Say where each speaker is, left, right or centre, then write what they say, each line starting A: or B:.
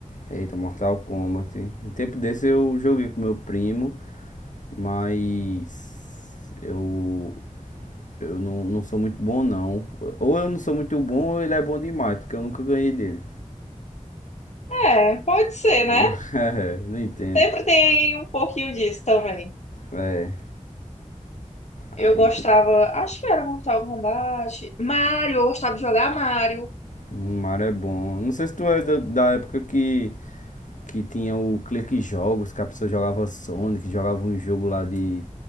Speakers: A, on the left (about 80°); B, on the left (about 60°).
A: Eita, Mortal Kombat. Um tempo desse eu joguei com meu primo, mas eu Eu não, não sou muito bom, não. Ou eu não sou muito bom, ou ele é bom demais, porque eu nunca ganhei dele.
B: É, pode ser, né?
A: <laughs> É, não entendo.
B: Sempre tem um pouquinho disso também.
A: É, aí
B: Eu gostava,
A: tu...
B: acho que era Mortal Kombat. Mario, eu gostava de jogar Mario.
A: o Mario é bom. Não sei se tu é da, da época que, que tinha o Clique Jogos, que a pessoa jogava Sonic, jogava um jogo lá de.